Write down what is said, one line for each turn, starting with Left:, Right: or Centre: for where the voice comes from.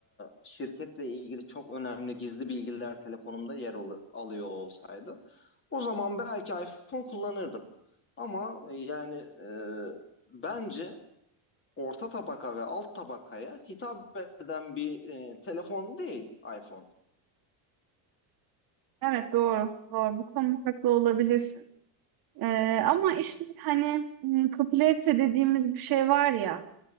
Left: e, şirketle ilgili çok önemli gizli bilgiler telefonumda yer ol- alıyor olsaydı o zaman belki iPhone kullanırdım. Ama e, yani e, bence orta tabaka ve alt tabakaya hitap eden bir e, telefon değil iPhone.
Right: Evet doğru doğru bu konuda haklı olabilirsin. Ee, ama işte hani m, popülarite dediğimiz bir şey var ya